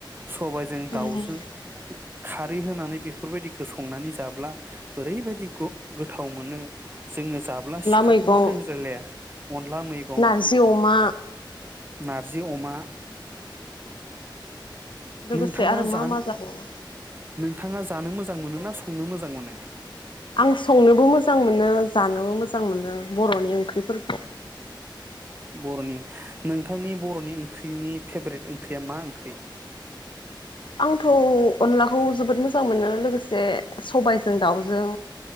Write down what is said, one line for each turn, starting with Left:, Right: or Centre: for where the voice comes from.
Right: सबाइजों
Left: अनला
Right: दाउजों खारै होनानै बेफोरबायदिखौ संनानै जाब्ला ओरैबायदि गोथाव मोनो जोङो जाब्ला सिखारनो
Left: मैगं
Right: रोंलायलाया अनला मैगं
Left: नारजि अमा
Right: नारजि अमा
Left: लोगोसे
Right: नोंथाङा
Left: आरो
Right: जानो
Left: मा मा जाबावो
Right: नोंथाङा जानो मोजां मोनो ना संनो मोजां मोनो
Left: आं संनोबो मोजां मोनो जानोबो मोजां मोनो बर'नि ओंख्रिफोरखौ
Right: बर'नि नोंथांनि बर'नि ओंख्रिनि फेभ्रेट ओंख्रिया मा ओंख्रि
Left: आंथ' अनलाखौ जोबोद मोजां मोनो लोगोसे सबायजों दाउजों